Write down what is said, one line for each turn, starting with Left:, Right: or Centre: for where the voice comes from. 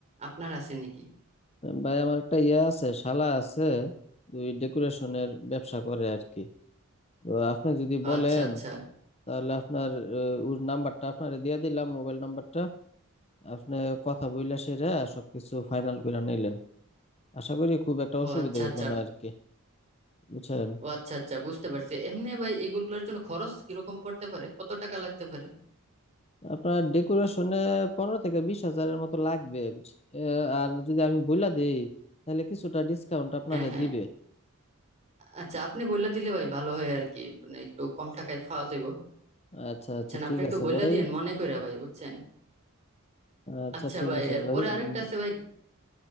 Right: আপনার আছে নাকি
Left: ভাই আমার একটা ইয়ে আছে শালা আছে ওই ডেকোরেশনের ব্যবসা করে আর কি তো আপনি যদি
Right: ও
Left: বলেন
Right: আচ্ছা আচ্ছা
Left: তাহলে আপনার আহ, ওর নাম্বারটা আপনারে দিয়ে দিলাম মোবাইল নাম্বারটা আপনি কথা বইলা সেরা সবকিছু ফাইনাল করে নিলেন আশা করি খুব একটা
Right: ও
Left: অসুবিধা
Right: আচ্ছা
Left: হইব
Right: আচ্ছা
Left: না আর কি বুঝছেন
Right: ও আচ্ছা আচ্ছা বুঝতে পারছি এমনি ভাই এগুলোর জন্য খরচ কিরকম পড়তে পারে কত টাকা লাগতে পারে
Left: আপনার ডেকোরেশনে পনেরো থেকে বিশ হাজারের মতো লাগবে বুঝ- আহ, আর যদি আমি বইলা দিই তাহলে কিছুটা ডিসকাউন্ট আপনারে
Right: হ্যাঁ হ্যাঁ
Left: দিবে
Right: আচ্ছা আপনি বললা দিলে ভাই ভালো হয় আর কি মানে একটু কম টাকায় পাওয়া যাবে
Left: আচ্ছা আচ্ছা
Right: আচ্ছা
Left: ঠিক
Right: আপনি একটু
Left: আছে
Right: বললে
Left: ভাই
Right: দিয়েন মনে কইরা ভাই বুঝছেন
Left: আচ্ছা
Right: আচ্ছা
Left: ঠিক
Right: ভাই
Left: আছে
Right: এরপরে
Left: ভাই
Right: আরেকটা
Left: উম,
Right: আছে ভাই